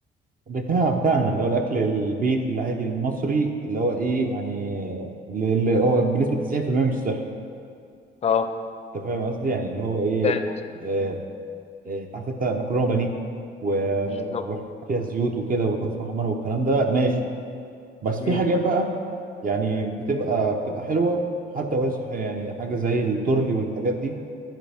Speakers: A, on the right; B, on the left.
A: بتاع بتاعنا اللي هو الاكل البيتي العادي المصري اللي هو ايه يعني اللي هو بنسبه 90% مش صحي
B: أه
A: انت فاهم قصدي يعني اللي هو ايه
B: فاهم قصدي؟
A: آه، آه، عارف انت مكرونه بانيه و-
B: بالظبط
A: وفيها زيوت وكده وبطاطس محمره والكلام ده ماشي بس
B: أمم.
A: في حاجات بقى يعني بتبقى بتبقى حلوه حتى وهي صحيه يعني حاجه زي التورلي والحاجات دي